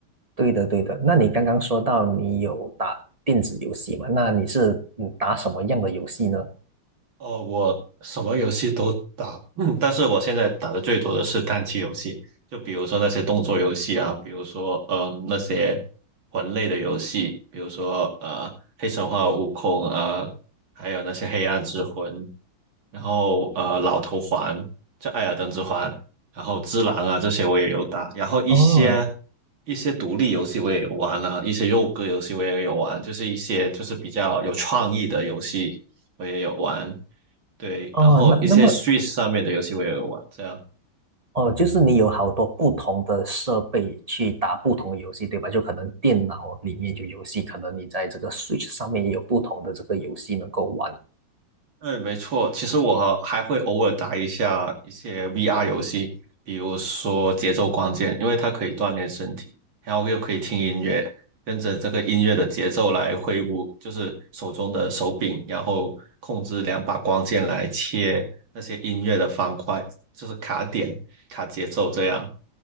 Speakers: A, on the right; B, on the right.
A: 对的，对的。那你刚刚说到你有打电子游戏嘛？那你是嗯打什么样的游戏呢？
B: 哦，我什么游戏都打，嗯，但是我现在打的最多的是单机游戏，就比如说那些动作游戏啊，比如说嗯那些魂类的游戏，比如说呃黑神话悟空啊、呃还有那些黑暗之魂，然后呃老头环，这艾尔登之环，然后之狼啊这些我也有打，然后一些
A: 哦
B: 一些独立游戏我也有玩啊，一些肉鸽游戏我也有玩，就是一些就是比较有创意的游戏我也有玩。对，
A: 哦，
B: 然后一些
A: 那那么
B: Switch 上面的游戏我也有玩，这样。
A: 哦，就是你有好多不同的设备去打不同的游戏，对吧？就可能电脑里面有游戏，可能你在这个 Switch 上面也有不同的这个游戏能够玩。
B: 对，没错。其实我还还会偶尔打一下一些 VR 游戏，比如说节奏光剑，因为它可以锻炼身体，然后又可以听音乐，跟着这个音乐的节奏来挥舞，就是手中的手柄，然后控制两把光剑来切那些音乐的方块，就是卡点、卡节奏这样。